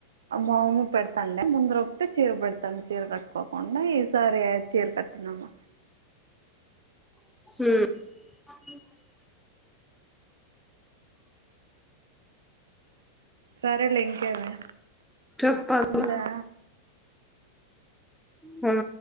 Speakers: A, on the right; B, in the centre.
A: మాము పెడతాండే ముందర వస్తె చీర పెడ త్తం చీర కట్టుకోకుండా ఈసారి చీర కట్టినాము
B: ఉమ్
A: సరేలే ఇంకేమి
B: చెప్పాల
A: ఉందా
B: హా